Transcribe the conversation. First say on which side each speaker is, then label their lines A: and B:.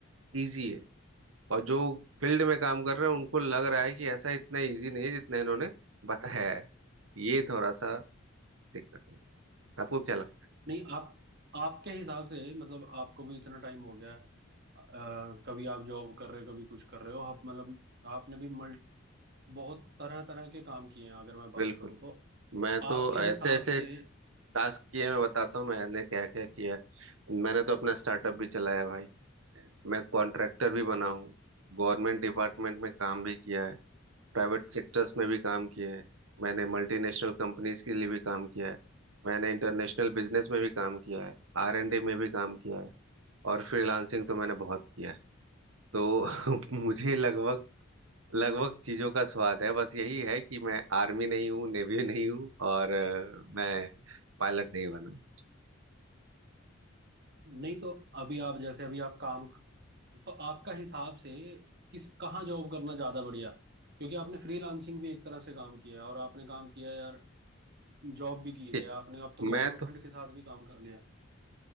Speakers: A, on the right; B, on the right.
A: इजी है और जो फील्ड में काम कर रहे हैं उनको लग रहा है कि ऐसा इतना इजी नहीं है जितना इन्होंने बताया है ये थोड़ा सा दिक्कत है आपको क्या लगता है
B: नहीं आप आपके हिसाब से मतलब आपको भी इतना टाइम हो गया है अ, कभी आप जॉब कर रहे हो कभी कुछ कर रहे हो आप मतलब आपने भी मल्ट बहुत तरह तरह के काम किए हैं अगर मैं बात
A: बिल्कुल
B: करूं तो
A: मैं
B: आपके
A: तो ऐसे
B: हिसाब
A: ऐसे
B: से
A: टास्क किए मैं बताता हूँ मैंने क्या क्या किया है। मैंने तो अपना स्टार्टअप भी चलाया है भाई मैं कॉन्ट्रैक्टर भी बना हूँ गवर्नमेंट डिपार्टमेंट में काम भी किया है प्राइवेट सेक्टर्स में भी काम किया है मैंने मल्टीनेशनल कंपनीज के लिए भी काम किया है मैंने इंटरनेशनल बिजनेस में भी काम किया है आर एंड डी में भी काम किया है और फ्रीलांसिंग तो मैंने बहुत किया है तो <laughs> मुझे लगभग लगभग चीजों का स्वाद है बस यही है कि मैं आर्मी नहीं हूँ नेवी नहीं हूँ और अ, मैं पायलट नहीं बना
B: नहीं तो अभी आप जैसे अभी आप काम तो आपका हिसाब से किस कहाँ जॉब करना ज्यादा बढ़िया क्योंकि आपने फ्रीलांसिंग भी एक तरह से काम किया है और आपने काम किया है यार जॉब भी की
A: <laughs>
B: है आपने अब तो
A: मैं
B: गवर्नमेंट
A: तो
B: के साथ भी काम कर लिया